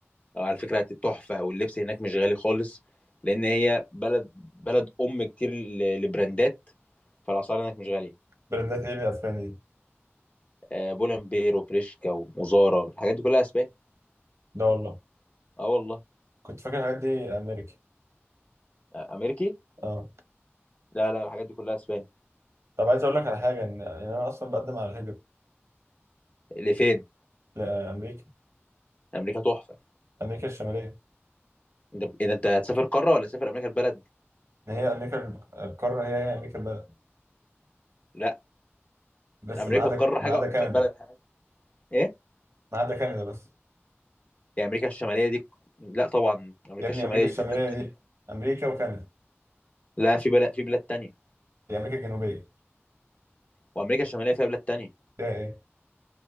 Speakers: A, on the left (about 30°); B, on the right (about 85°).
A: على فكره تحفه واللبس هناك مش غالي خالص لان هي بلد بلد ام كتير ل- لبراندات فالاسعار هناك مش غاليه
B: براندات إيه اللي أسبانيا دي؟
A: آه، بولنبير وبريشكا ومزارا الحاجات دي كلها اسباني
B: لا والله
A: اه والله
B: كنت فاكر الحاجات دي أمريكا
A: آه، امريكي
B: أه
A: لا لا الحاجات دي كلها اسباني
B: طب عايز أقول لك على حاجة إن إن أنا أصلا بقدم على الهجرة
A: لفين
B: لأمريكا
A: امريكا تحفه
B: أمريكا الشمالية
A: انت إذا انت هتسافر قاره ولا تسافر امريكا البلد
B: إن هي أمريكا القارة هي هي أمريكا البلد
A: لا
B: بس
A: امريكا
B: ما عدا
A: القاره
B: ما
A: حاجه
B: عدا
A: وامريكا
B: كندا
A: البلد حاجه ايه
B: ما عدا كندا بس
A: يعني امريكا الشماليه دي لا طبعا امريكا
B: يا ابني
A: الشماليه
B: أمريكا
A: دي
B: الشمالية
A: فيها بلاد تانية
B: دي أمريكا وكندا
A: لا في بلاد في بلاد تانية
B: دي أمريكا الجنوبية
A: وامريكا الشماليه فيها بلاد تانية
B: ده إيه؟